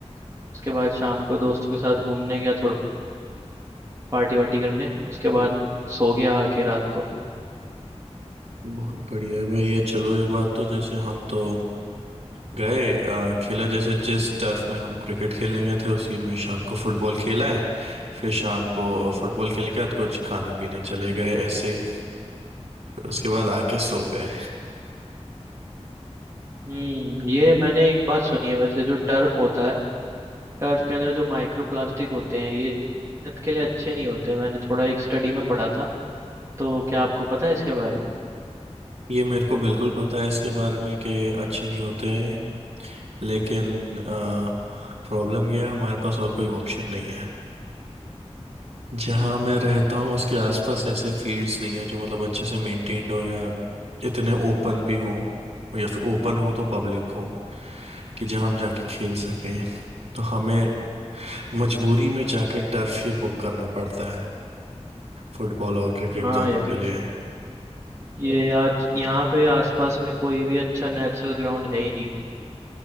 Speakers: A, on the right; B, on the right.
A: उसके बाद शाम को दोस्तों के साथ घूमने गया थोड़ा पार्टी वार्टी करने उसके बाद सो गया आके रात को
B: बहुत बढ़िया है भाई ये चलो ये बात तो जैसे हम तो गए अ, खेला जैसे जिस टर्फ में हम क्रिकेट खेलने गए थे उसी में शाम को फुटबॉल खेला है फिर शाम को अ, फुटबॉल खेलने के बाद कुछ खाने पीने चले गए ऐसे ही फिर उसके बाद आके सो गए
A: हम्म ये मैंने एक बात सुनी है वैसे जो टर्फ होता है टर्फ के अंदर जो माइक्रो प्लास्टिक होते हैं ये सेहत के लिए अच्छे नहीं होते मैंने थोड़ा एक स्टडी में पढ़ा था तो क्या आपको पता है इसके बारे में
B: ये मेरे को बिल्कुल पता है इसके बारे में कि अच्छे नहीं होते हैं लेकिन प्रॉब्लम ये है हमारे पास और कोई ऑप्शन नहीं है जहाँ
A: हम्म,
B: मैं रहता हूँ उसके आसपास ऐसे फील्ड्स नहीं है जो मतलब अच्छे से मेंटेन्ड हो या इतने ओपन भी हो या फिर ओपन हो तो पब्लिक हो कि जहाँ हम जाके खेल सकें तो हमें मजबूरी में जाके टर्फ ही बुक करना पड़ता है फुटबॉल और क्रिकेट
A: हाँ
B: दोनों
A: यार
B: के लिए
A: ये आज यहाँ पे आसपास में कोई भी अच्छा नेचुरल ग्राउंड है ही नहीं